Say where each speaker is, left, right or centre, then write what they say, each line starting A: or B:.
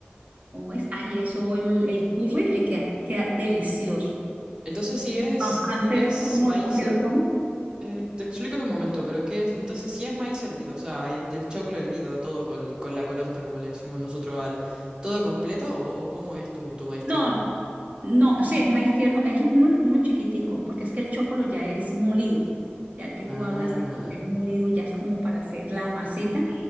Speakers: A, on the right; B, on the right.
A: ¿cómo es? Ay, eso, el, el curry le queda, queda delicioso.
B: Entonces, si
A: ¿Y
B: es,
A: pan francés,
B: si es
A: tú cómo,
B: maíz...
A: con qué
B: her-
A: lo comes?
B: eh, te explico en un momento, pero ¿qué es? Entonces, si es maíz hervido, o sea, este, el choclo hervido, todo con, con la coronta, como le decimos nosotros, al todo completo, ¿o, o cómo es tu, tu maíz tierno?
A: No, no, sí, es maíz tierno, es uno, uno chiquitico, porque es que el chocolo ya es molido. Ya el que tú
B: Ah.
A: hablas es, es molido, ya es como para hacer la masita,